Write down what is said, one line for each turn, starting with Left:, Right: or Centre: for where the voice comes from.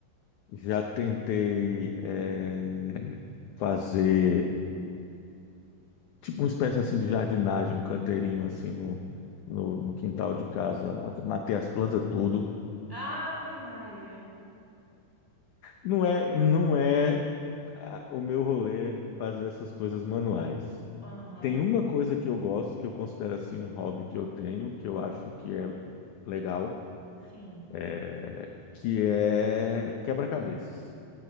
Left: Já tentei eh, fazer tipo uma espécie assim de jardinagem, um canteirinho assim no, no, no quintal de casa, matei as plantas tudo.
Centre: Ave Maria.
Left: Não é, não é ah, o meu rolê fazer essas coisas manuais.
Centre: Aham,
Left: Tem uma coisa que eu gosto, que eu considero assim um hobby que eu tenho, que eu acho que é legal,
Centre: sim.
Left: eh, que é quebra-cabeças.